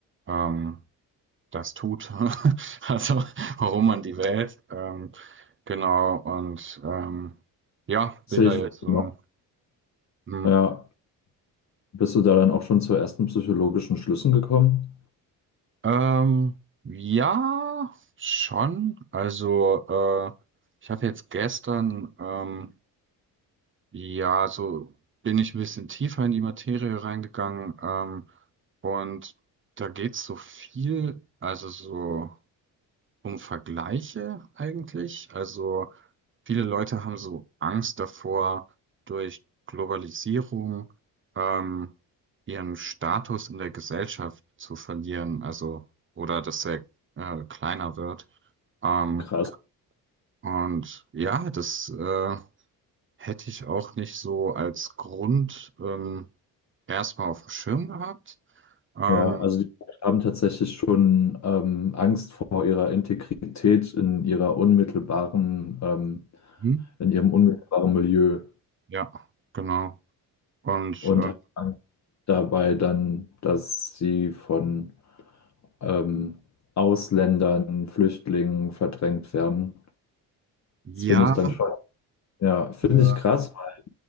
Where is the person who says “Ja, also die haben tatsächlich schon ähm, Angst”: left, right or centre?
Left